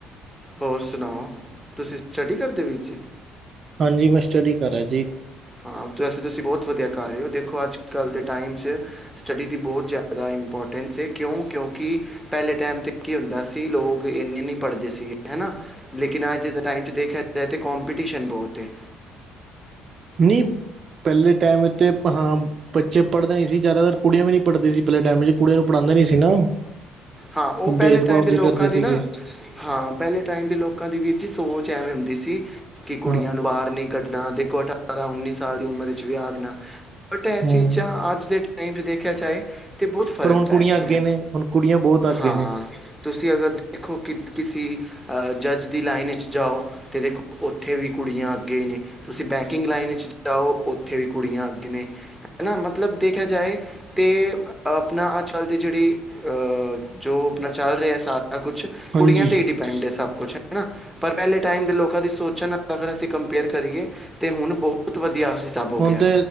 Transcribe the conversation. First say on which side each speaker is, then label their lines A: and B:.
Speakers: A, in the centre; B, on the right (about 45°).
A: ਹੋਰ ਸੁਣਾਓ, ਤੁਸੀਂ ਸਟੱਡੀ ਕਰਦੇ ਵੀਰ ਜੀ?
B: ਹਾਂਜੀ ਮੈਂ ਸਟੱਡੀ ਕਰ ਰਿਹਾ ਜੀ
A: ਹਾਂ, ਵੈਸੇ ਤੁਸੀਂ ਬਹੁਤ ਵਧੀਆ ਕਰ ਰਹੇ ਹੋ, ਦੇਖੋ ਅੱਜ ਕੱਲ੍ਹ ਦੇ ਟਾਈਮ 'ਚ ਸਟੱਡੀ ਦੀ ਬਹੁਤ ਜ਼ਿਆਦਾ ਇੰਪੋਰਟੈਂਸ ਹੈ ਕਿਉਂ, ਕਿਉਂਕਿ ਪਹਿਲੇ ਟਾਈਮ ਤੇ ਕੀ ਹੁੰਦਾ ਸੀ, ਲੋਕ ਇੰਨੇ ਨਹੀਂ ਪੜ੍ਹਦੇ ਸੀ ਗੇ ਹੈ ਨਾ, ਲੇਕਿਨ ਅੱਜ ਦੇ ਟਾਈਮ 'ਚ ਦੇਖਿਆ ਜਾਏ ਤਾਂ, ਕੰਮਪੀਟੀਸ਼ਨ ਬਹੁਤ ਹੈ।
B: ਨਹੀਂ, ਪਹਿਲੇ ਟਾਈਮ ਤੇ ਹਾਂ ਬੱਚੇ ਪੜ੍ਹਦੇ ਨਹੀਂ ਸੀ ਜ਼ਿਆਦਾਤਰ ਕੁੜੀਆਂ ਵੀ ਨੀ ਪੜ੍ਹਦੀ ਸੀ, ਪਹਿਲੇ ਟਾਈਮ ਵਿੱਚ ਕੁੜੀਆਂ ਨੂੰ ਪੜ੍ਹਾਂਦੇ ਨਹੀਂ ਸੀ ਨਾ।
A: ਹਾ, ਉਹ ਪਹਿਲੇ
B: ਭੇਦਭਾਵ
A: ਟਾਈਮ ਦੇ
B: ਜੇ
A: ਲੋਕਾਂ
B: ਕਰਦੇ ਸੀਗੇ
A: ਦੀ ਨਾ ਹਾਂ, ਪਹਿਲੇ ਟਾਈਮ ਦੇ ਲੋਕਾਂ ਦੀ ਵੀਰ ਜੀ ਸੋਚ ਚ ਐਵੇਂ ਹੁੰਦੀ ਸੀ, ਕਿ ਕੁੜੀਆਂ
B: ਹਾਂ
A: ਨੂੰ ਬਾਹਰ ਨ ਕੱਢਣਾ ਦੇ ਅਠਾਰਾਂ ਉੱਨੀ ਸਾਲ ਦੀ ਉਮਰ ਚ, ਵਿਆਹ ਦੇਣਾ ਬਟ ਇਹ
B: ਹੂੰ
A: ਚੀਜ਼ਾਂ ਅੱਜ ਦੇ ਕਹੀਂ, ਵੀ ਦੇਖਿਆ ਜਾਏ ਤੇ ਬਹੁਤ ਫ਼ਰਕ
B: ਪਰ ਹੁਣ ਕੁੜੀਆਂ
A: ਪੈ
B: ਅੱਗੇ
A: ਗਿਆ,
B: ਨੇ ਹੁਣ ਕੁੜੀਆਂ ਬਹੁਤ ਅੱਗੇ
A: ਹਾਂ
B: ਨੇ
A: ਤੁਸੀਂ ਅਗਰ ਦੇਖੋ ਕਿਸੇ, ਅਹ ਜੱਜ ਦੀ ਲਾਈਨ ਵਿੱਚ ਜਾਓ, ਤੇ ਦੇਖੋ ਉੱਥੇ ਵੀ ਕੁੜੀਆਂ ਅੱਗੇ ਹੀ ਨੇ। ਤੁਸੀਂ ਬੈਂਕਿੰਗ ਲਾਈਨ ਚ, ਜਾਓ ਉੱਥੇ ਵੀ ਕੁੜੀਆਂ ਅੱਗੇ ਨੇ। ਹੈ ਨਾ ਮਤਲਬ ਦੇਖਿਆ ਜਾਏ, ਤਾਂ ਆਪਣਾ ਅਜ -ਕੱਲ੍ਹ ਦੀ ਜਿਹੜੀ ਜੋ ਆਪਣਾ ਚੱਲ ਰਿਹਾ, ਸਾਰਾ ਕੁਛ
B: ਹਾਂਜੀ
A: ਕੁੜੀਆਂ ਤੇ ਹੀ ਡਿਪੈਂਡ ਹੈ ਸਭ ਕੁਛ ਹਨਾ। ਪਰ ਪਹਿਲੇ, ਟਾਈਮ ਦੇ ਲੋਕ ਲੋਕਾਂ ਦੀ ਸੋਚਾਂ ਨਾਲ, ਅਗਰ ਅਸੀਂ ਕੰਪੇਅਰ ਕਰੀਏ ਤੇ, ਹੁਣ ਬਹੁਤ ਵਧੀਆ ਹਿਸਾਬ ਹੋ
B: ਹੁਣ
A: ਗਿਆ।
B: ਤੇ